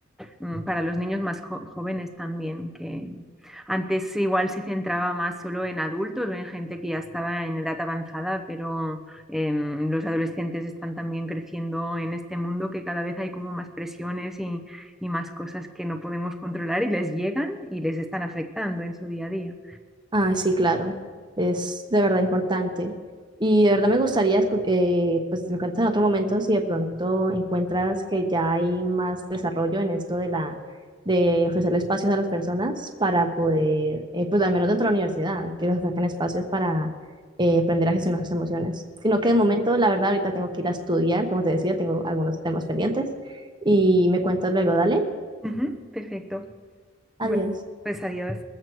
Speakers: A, in the centre; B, on the right.
A: mm, para los niños más jo- jóvenes también, que antes igual se centraba más solo en adultos o en gente que ya estaba en edad avanzada, pero em, los adolescentes están también creciendo en este mundo que cada vez hay como más presiones y, y más cosas que no podemos controlar y les llegan y les están afectando en su día a día.
B: Ah, sí, claro. Es de verdad importante. Y de verdad me gustaría, escu- eh, pues me cuentas en otro momento si de pronto encuentras que ya hay más desarrollo en esto de la, de ofrecerle espacios a las personas para poder, eh, pues al menos dentro de la universidad, que les ofrezcan espacios para eh, aprender a gestionar sus emociones. Sino que de momento, la verdad, ahorita tengo que ir a estudiar, como te decía, tengo algunos temas pendientes y me cuentas luego, dale.
A: Ujú, perfecto. Bueno,
B: Adiós.
A: pues adiós.